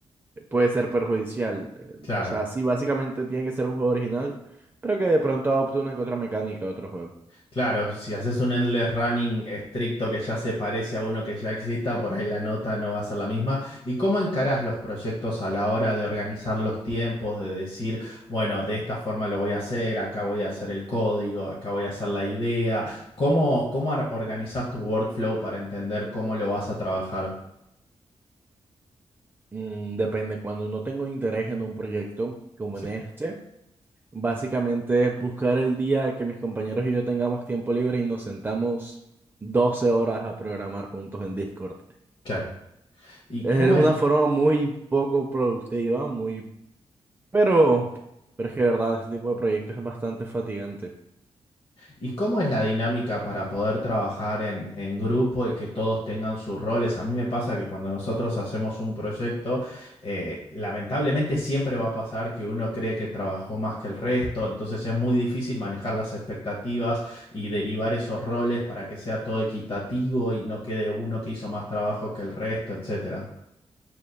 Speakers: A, on the right; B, on the left.
A: puede ser perjudicial. Eh,
B: Claro,
A: O sea, sí, básicamente tiene que ser un juego original, pero que de pronto adopte una que otra mecánica de otro juego.
B: claro, si haces un endless running estricto que ya se parece a uno que ya exista, por ahí la nota no va a ser la misma. ¿Y cómo encarás los proyectos a la hora de organizar los tiempos, de decir, bueno, de esta forma lo voy a hacer, acá voy a hacer el código, acá voy a hacer la idea? ¿Cómo, cómo ar- organizás tu workflow para entender cómo lo vas a trabajar?
A: Mm, depende, cuando no tengo interés en un proyecto como
B: Sí.
A: en este. Básicamente es buscar el día que mis compañeros y yo tengamos tiempo libre y nos sentamos 12 horas a programar juntos en Discord.
B: Claro. ¿Y
A: Es
B: cómo
A: una
B: es,
A: forma muy poco productiva, muy... Pero, pero es que de verdad, ese tipo de proyectos es bastante fatigante.
B: y cómo es la dinámica para poder trabajar en, en grupo y que todos tengan sus roles? A mí me pasa que cuando nosotros hacemos un proyecto, eh, lamentablemente siempre va a pasar que uno cree que trabajó más que el resto, entonces es muy difícil manejar las expectativas y derivar esos roles para que sea todo equitativo y no quede uno que hizo más trabajo que el resto, etcétera.